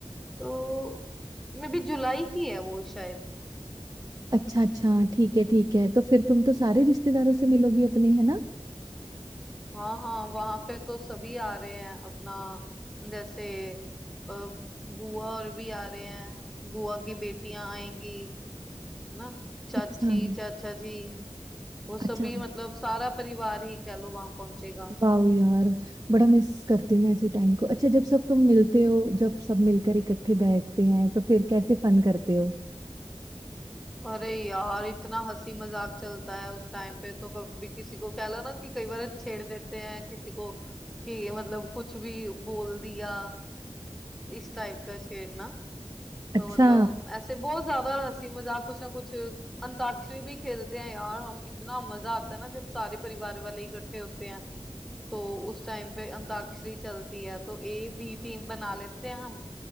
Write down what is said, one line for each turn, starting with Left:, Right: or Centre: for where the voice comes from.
Centre: तो मे भी जुलाई की है वो शायद
Right: अच्छा अच्छा ठीक है ठीक है तो फिर तुम तो सारे रिश्तेदारों से मिलोगी अपने है ना
Centre: हाँ हाँ वहां पे तो सभी आ रहे हैं अपना जैसे अ, बुआ और भी आ रहे हैं बुआ की बेटियां आएंगी ना चाची
Right: अच्छा
Centre: चाचा जी वो
Right: अच्छा
Centre: सभी मतलब सारा परिवार ही कह लो वहां पहुंचेगा
Right: वाह यार बड़ा मिस करती हूँ मैं ऐसे टाइम को अच्छा जब सब तुम मिलते हो जब सब मिलकर इकट्ठे बैठते हैं तो फिर कैसे फन करते हो
Centre: अरे यार इतना हंसी मजाक चलता है उस टाइम पे तो कभी किसी को कह लो ना कि कई बार छेड़ देते हैं किसी को कि मतलब कुछ भी बोल दिया इस टाइप का छेड़ना
Right: अच्छा
Centre: तो मतलब ऐसे बहुत ज्यादा हंसी मजाक कुछ ना कुछ अंताक्षरी भी खेलते हैं यार हम इतना मजा आता है ना जब सारे परिवार वाले इकट्ठे होते हैं तो उस टाइम पे अंताक्षरी चलती है तो ए बी टीम बना लेते हैं हम